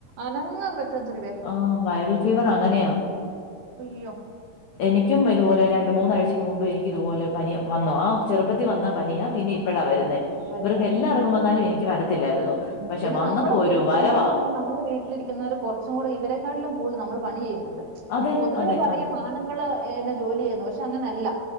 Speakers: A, on the right; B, on the left.
A: അനങ്ങാൻ പറ്റാത്ത
B: ആഹ വൈറൽ ഫീവർ അങ്ങനെയാ.
A: അയ്യോ
B: എനിക്കും ഇതുപോലെ രണ്ടു മൂന്നാഴ്ചക്ക് മുമ്പ് എനിക്ക് ഇതുപോലെ പനി വന്നു. ആ ചെറുപ്പത്തി വന്നാ പനിയാ പിന്നെ ഇപ്പഴാ വരുന്നെ
A: ആ വരുന്നത്
B: ഇവർക്ക് എല്ലാവർക്കും
A: ഉം.
B: വന്നാലും എനിക്ക് വരത്തില്ലായിരുന്നു.
A: ഉം
B: പക്ഷെ
A: പിന്നെ
B: വന്നപ്പോ
A: നമ്മള് കൂടു
B: ഒരു വരവാ
A: നമ്മളന്ന് പറഞ്ഞാൽ നമ്മളെ വീട്ടിലിരി ക്കുന്നവർ കുറച്ചും കൂടി ഇവരെക്കാട്ടിലും കൂടുതൽ നമ്മള്പണി ചെയ്യുന്നു
B: അതെ
A: പൊതുവേ
B: അതെ
A: പറയും
B: അതെ
A: ആണുങ്ങള് എന്നെ ജോലി ചെയ്യുന്നു പക്ഷെ അങ്ങനെയല്ല,